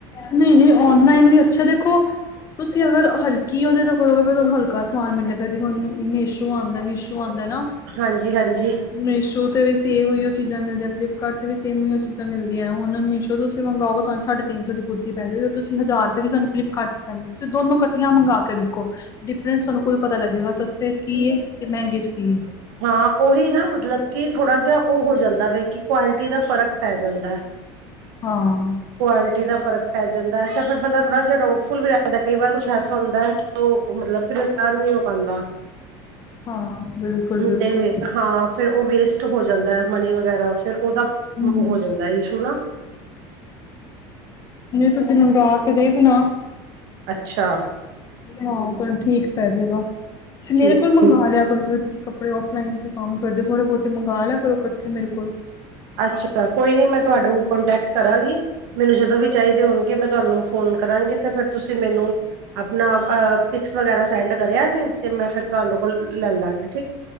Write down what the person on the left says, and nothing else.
ਨਹੀਂ-ਨਹੀਂ ਔਨਲਾਈਨ ਵੀ ਅੱਛਾ ਦੇਖੋ ਤੁਸੀਂ ਅਗਰ ਹਲਕੀ ਉਹਦੇ ਤੋਂ ਕਰੋਗੇ ਫਿਰ ਤੁਹਾਨੂੰ ਹਲਕਾ ਸਮਾਨ ਮਿਲਣ ਲੱਗਾ ਜਿਵੇਂ ਹੁਣ ਮੀਸ਼ੋ ਆਂਦਾ ਮੀਸ਼ੋ ਆਂਦਾ ਨਾ।
ਮੀਸ਼ੋ ਤੇ ਵੀ ਸੇਮ ਉਹੀਓ ਚੀਜਾਂ ਮਿਲਦੀਆਂ ਫਲਿੱਪ ਕਾਰਟ ਤੇ ਵੀ ਸੇਮ ਉਹੀਓ ਚੀਜ਼ਾਂ ਮਿਲਦੀਆਂ ਹੁਣ ਮੀਸ਼ੋ ਤੋ ਤੁਸੀਂ ਮੰਗਾਓਗੇ ਤੁਹਾਨੂੰ ਸਾਢੇ ਤਿੰਨ ਸੌ ਕੁੁਰਤੀ ਪੈਂਦੀ ਜਦੋਂ ਤੁਸੀਂ ਹਜ਼ਾਰ ਰੁਪਏ ਦੀ ਤੁਹਾਨੂੰ ਫਲਿਪਕਾਰਟ ਤੇ ਪੈਂਦੀ। ਸੋ ਦੋਨੋਂ ਕੱਠੀਆਂ ਮੰਗਾ ਕੇ ਦੇਖੋ ਡਿਫਰੈਂਸ ਤੁਹਾਨੂੰ ਕੋਈ ਪਤਾ ਲੱਗੇਗਾ ਸਸਤੇ 'ਚ ਕੀ ਏ, ਤੇ ਮਹਿੰਗੇ 'ਚ ਕੀ ਏ।
ਹਾਂ।
ਹਾਂ ਬਿਲਕੁਲ-ਬਿਲਕੁਲ,
ਹੂੰ।
ਤੁਸੀਂ ਮੰਗਾ ਕੇ ਦੇਖਣਾ।
ਹਾਂ ਤੁਹਾਨੂੰ ਠੀਕ ਪੈ ਜੇ ਗਾ, ਤੁਸੀਂ
ਮੇਰੇ ਕੋਲ ਮੰਗਵਾ
ਲਿਆ ਕਰ ਜਿਵੇਂ ਤੁਸੀਂ ਕੱਪ ਕੱਪੜੇ ਔਫਲਾਈਨ ਤੁਸੀਂ ਕੰਮ ਕਰਦੇ ਓ ਥੋੜੇ ਬਹੁਤ ਮਗਾ ਲਿਆ ਕਰੋ ਇਕੱਠੇ ਮੇਰੇ ਕੋਲੋ।